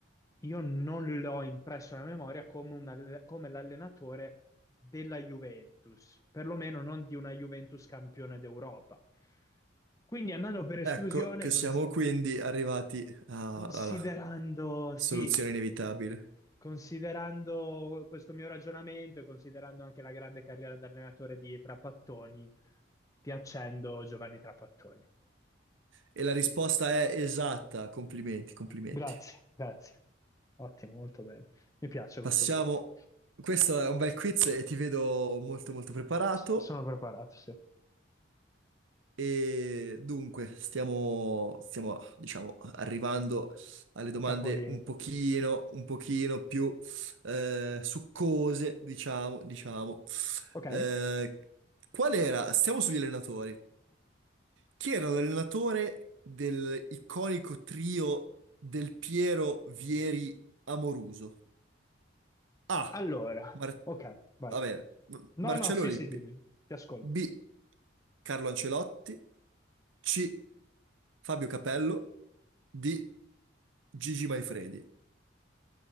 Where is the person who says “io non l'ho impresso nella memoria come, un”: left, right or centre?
Left